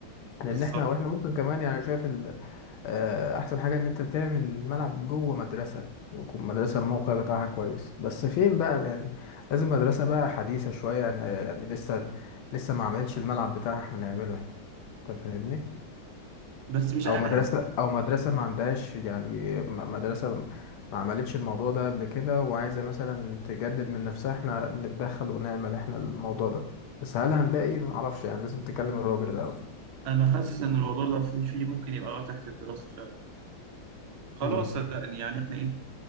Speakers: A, on the right; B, on the left.
A: بالظبط
B: لان احنا واحنا ممكن كمان يعني شايف ال- آه، احسن حاجة ان انت تعمل ملعب جوه مدرسة ويكون مدرسة الموقع بتاعها كويس بس فين بقى يعني لازم مدرسة بقى حديثة شوية يعني يعني لسه لسه ما عملتش الملعب بتاعها احنا نعمله احنا انت فاهمني
A: بس مش انا
B: او مدرسه
A: حاسس
B: او مدرسه ما عندهاش يعني م- مدرسه ما عملتش الموضوع ده قبل كده وعايزه مثلا تجدد من نفسها احنا نتدخل ونعمل احنا الموضوع ده بس هل هنلاقي ما اعرفش يعني لازم تكلم الراجل الاول
A: انا حاسس ان الموضوع ده في في ممكن يبقى آه تحت الدراسه فعلا خلاص
B: امم
A: صدقني يعني احنا ايه